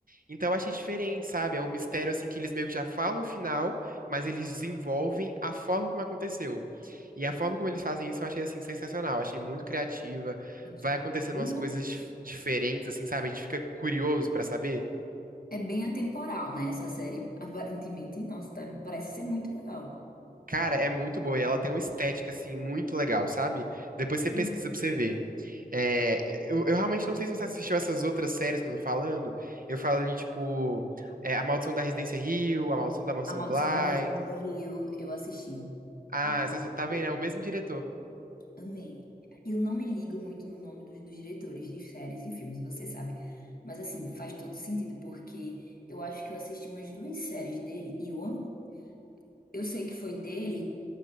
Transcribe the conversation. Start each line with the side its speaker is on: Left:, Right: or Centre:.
Right: Então eu achei diferente, sabe? É um mistério assim que eles meio que já falam o final, mas eles desenvolvem a forma como aconteceu. E a forma como eles fazem isso eu achei assim sensacional, achei muito criativa.
Left: É
Right: Vai acontecendo
Left: bem
Right: umas coisas dif- diferentes assim, sabe? A gente fica curioso pra saber.
Left: é bem atemporal, né? Essa série, aparentemente, nossa, tá- parece ser muito legal.
Right: Cara, é muito boa e ela tem uma estética assim muito legal, sabe? Depois você pesquisa
Left: Uhum.
Right: pra você ver. É, eu, eu realmente não sei se você assistiu essas outras séries que eu tô falando. Eu falo ali tipo é, A Maldição da Residência Hill, A Maldição da Mansão
Left: A Maldição
Right: Bly.
Left: da Residência Rio, eu assisti.
Right: Ah,
Left: Muito
Right: essa- tá vendo?
Left: boa.
Right: É o mesmo diretor.
Left: Amei. Eu não me ligo muito no nome dos, dos diretores de séries e filmes, você sabe. Mas assim, faz todo sentido, porque eu acho que eu assisti umas duas séries dele e eu amo. Eu sei que foi dele,